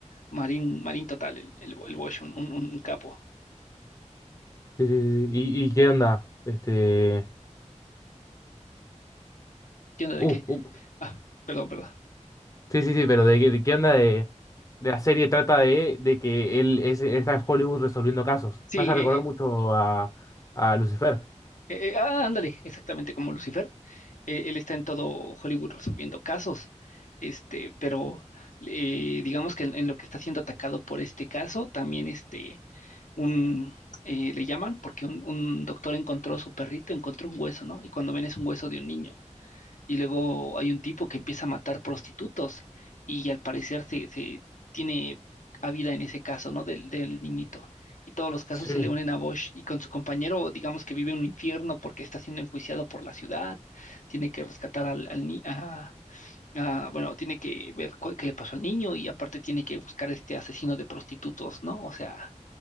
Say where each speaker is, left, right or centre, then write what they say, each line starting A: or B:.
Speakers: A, on the left; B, on the left.
A: marín, marín total, el, el, el Bosch, un, un, un capo.
B: Sí, sí, sí. sí. ¿Y, y qué onda? Este.
A: ¿Qué onda de
B: Uh,
A: qué?
B: uh.
A: Ah, perdón, perdón.
B: Sí, sí, sí, pero de, qué de qué onda de. de la serie trata de, de que él es- está en Hollywood resolviendo casos.
A: Sí,
B: Me hace recordar
A: eh,
B: mucho a, a Lucifer.
A: Eh, eh, ah, ándale, exactamente como Lucifer. Eh, él está en todo Hollywood resolviendo casos. Este, pero eh, digamos que en, en lo que está siendo atacado por este caso, también este, un, eh, le llaman porque un, un doctor encontró su perrito, encontró un hueso, ¿no? Y cuando ven es un hueso de un niño. Y luego hay un tipo que empieza a matar prostitutos y al parecer se, se tiene vida en ese caso, ¿no? Del, del niñito. Y todos los casos
B: Sí.
A: se le unen a Bosch y con su compañero, digamos que vive un infierno porque está siendo enjuiciado por la ciudad, tiene que rescatar al, al ni- a, ah, bueno, tiene que ver cu- qué le pasó al niño y aparte tiene que buscar a este asesino de prostitutos, ¿no? O sea,